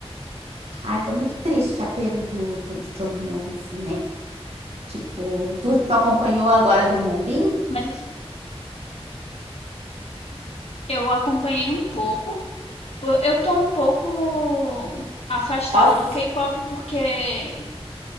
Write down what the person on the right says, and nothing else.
Ai, foi muito triste a perda do, do, do John Hill, assim, né? Tipo, tu, tu acompanhou agora do Moonbin?
Off.